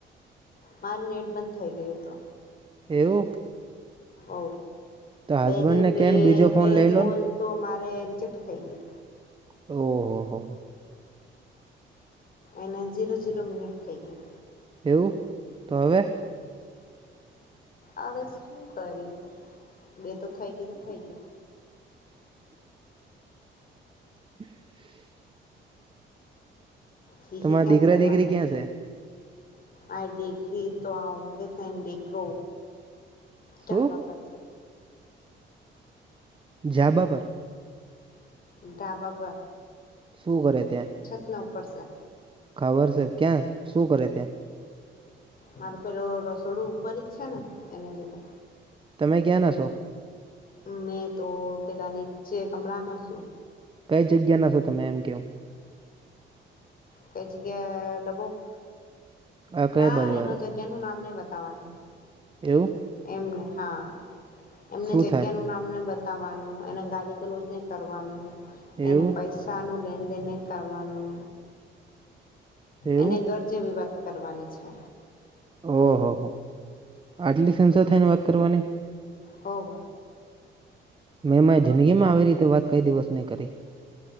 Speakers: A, on the left (about 45°); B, on the right (about 25°).
A: મારુ નેટ બંધ થઈ ગયું હતો.
B: એવું.
A: ઓ
B: તો હસબન્ડ
A: બે
B: ને
A: બે
B: કેને બીજો ફોન
A: બે
B: લઈ
A: કોલ
B: લો ને
A: તો માં મારે રિજેક્ટ થઈ ગઈ.
B: ઓહ હો.
A: એના જીરો જીરો મિનિટ થઈ ગયા.
B: એવું તો હવે.
A: હવે શું કરીએ. બે તો થઇ ગઈ તો થઈ ગઈ.
B: <inaudible>
A: હી
B: તમારા
A: હી કેમ
B: દીકરા
A: કરવાનું.
B: દીકરી ક્યાં છે
A: આય ડિગ્રી તો આઉંગી સંડે કો.
B: શું
A: જાવા પડશે.
B: ઝાબા પર
A: ધાબા પર.
B: શું કરે. ત્યાં
A: છતના ઉપર છે.
B: ખબર છે ક્યાં શું કરે ત્યા.
A: મારુ પેલું રસોડું ઉપર જ છે ને એને લીધે.
B: તમે ક્યાંના શો?
A: મેં તો પેલા નીચે કમરામાં શું.
B: કઈ જગ્યાના છો તમે એમ કેહુ.
A: કઈ જગ્યા ડબોક
B: આ કઈ
A: ના
B: બાજુ
A: એનું
B: આવે
A: જગ્યાનું નામ નઈ વત તમારે
B: એવું
A: એમને હા એમને
B: શું
A: જગ્યાનું
B: થાય
A: નામ નઈ બતા બતાવાનું એને ગાલીગલોજ નઈ કરવાનું એને
B: એવું
A: પૈસાનું લેનેદેન તેને કરવાનું.
B: એવું
A: એને ઘર જેવી વાત કરવાની છે.
B: ઓહ હો આટલી સિંસીઅર થઈને વાત કરવાની વાત કરવાની.
A: હોવ
B: મેં મારી જિંદગીમાં આવી રીતે વાત કઈ દિવસ નહી કરી.